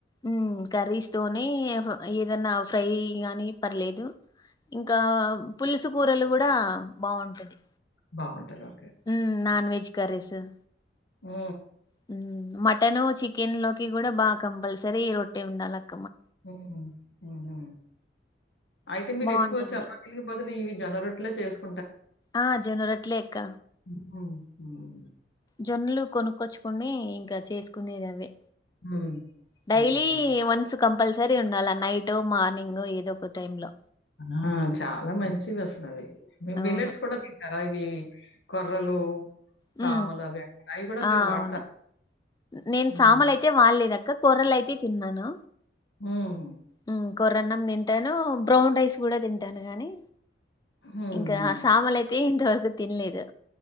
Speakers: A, on the left; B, on the left.
A: ఉహ్మ్ కర్రీస్తోనే ఏ ఏదన్నా ఫ్రై గానీ పర్లేదు ఇంకా పులుసు కూరలు కూడా బావుంటది
B: బావుంటదో
A: హు నాన్వెజ్ కర్రీస్ తః
B: హు
A: హు మటన్ చికెన్ లోకి కూడా బా కంపల్సరీ రొట్టె ఉండాలక్
B: హృహు హు హు అయితే మీరు
A: బాగుంటుంది
B: ఎక్కువ చపాతీల్కి బదులు ఇవి జొనరోట్లే చేస్క్
A: ఆ జొనరెట్లక్క
B: హుహు. హ్మ్.
A: జోనులు కొనుకొచ్చుకొని ఇంకా చేసుకునేది అవే
B: హ్మ్.
A: డైలీ
B: హుహు.
A: వన్స్ కంపల్సరీ ఉండాలా నైట్ మార్నింగ్ ఇవ్ ఒక తైంలో
B: ఆ చాలా మంచిది అసలాది మీమ్
A: అవును
B: బిలేెట్స్ కూడా తింటారా ఇవి కొర్రలు
A: హు
B: సామలు అవి అంటారు. అయి కూడా
A: ఆ
B: మీరు వాడతారా?
A: అవును నేన్ సమలైతే
B: ఆ!
A: వడలేదాక్క కొర్రలైతే తిన్నను
B: హ్మ్.
A: హు కొర్రాన్నం తింటాను. బ్రోన్ రై తుడా తింటాను గానీ
B: హ్మ్.
A: ఇంకా సమాలైతేన్ తరుకు తినలేదు